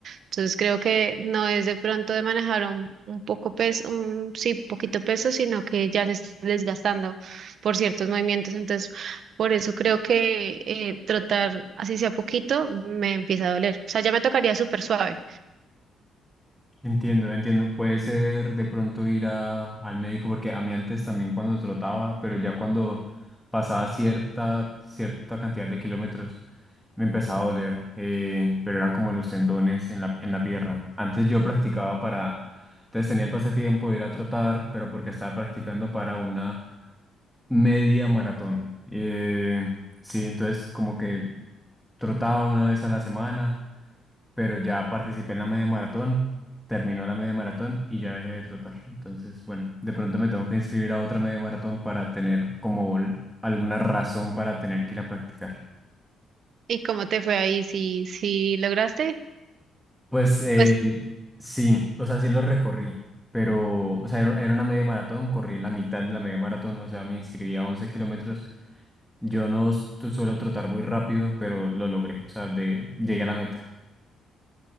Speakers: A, on the right (about 65°); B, in the centre.
A: Entonces creo que no es de pronto de manejar un, un poco peso, un sí, poquito peso, sino que ya se está desgastando por ciertos movimientos. Entonces, por eso creo que eh, trotar así sea poquito me empieza a doler. O sea, ya me tocaría súper suave.
B: Entiendo, entiendo. Puede ser de pronto ir a, al médico porque a mí antes también cuando trotaba, pero ya cuando pasaba cierta, cierta cantidad de kilómetros me empezaba a doler, eh, pero eran como los tendones en la, en la pierna. Antes yo practicaba para, entonces tenía el pasatiempo de ir a trotar, pero porque estaba practicando para una media maratón. Eh, sí, entonces como que trotaba una vez a la semana, pero ya participé en la media maratón, terminó la media maratón y ya dejé de trotar. Entonces, bueno, de pronto me tengo que inscribir a otra media maratón para tener como l- alguna razón para tener que ir a practicar.
A: ¿Y cómo te fue ahí? Si, si lograste,
B: Pues eh,
A: pues
B: sí, o sea, sí lo recorrí. Pero, o sea, era era una media maratón, corrí la mitad de la media maratón, o sea, me inscribí a once kilómetros Yo no su- suelo trotar muy rápido, pero lo logré. O sea, de, llegué a la meta.